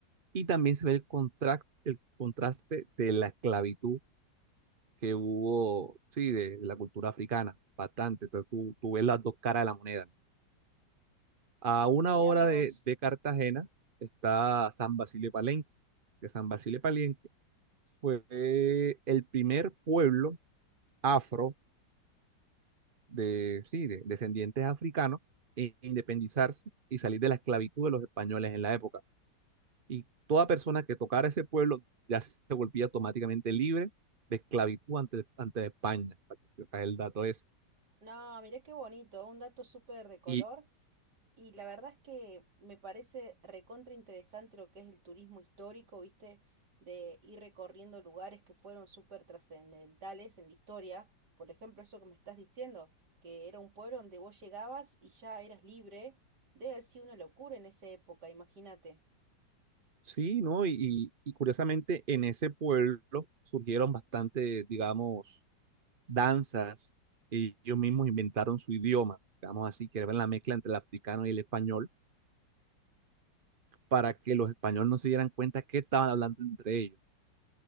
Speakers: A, on the right (about 40°); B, on the right (about 65°).
A: Y también se ve el contraste, el contraste de la esclavitud que hubo, sí, de, de la cultura africana, bastante. Entonces tú, tú ves las dos caras de la moneda. ¿no? A una
B: Mirá
A: hora
B: vos.
A: de, de Cartagena está San Basilio de Palenque, que San Basilio de Palenque fue el primer pueblo afro de, sí, de descendientes africanos en independizarse y salir de la esclavitud de los españoles en la época. Y toda persona que tocara ese pueblo ya se volvía automáticamente libre de esclavitud ante, ante España, para que sepas el dato es.
B: No, mirá qué bonito, un dato súper de color.
A: Y
B: Y la verdad es que me parece recontra interesante lo que es el turismo histórico, ¿viste? De ir recorriendo lugares que fueron súper trascendentales en la historia. Por ejemplo, eso que me estás diciendo, que era un pueblo donde vos llegabas y ya eras libre. Debe haber sido una locura en esa época, imagínate.
A: Sí, ¿no? Y, y- y curiosamente en ese pueblo surgieron bastante, digamos, danzas. y Ellos mismos inventaron su idioma, digamos así, que era la mezcla entre el africano y el español, para que los españoles no se dieran cuenta que estaban hablando entre ellos.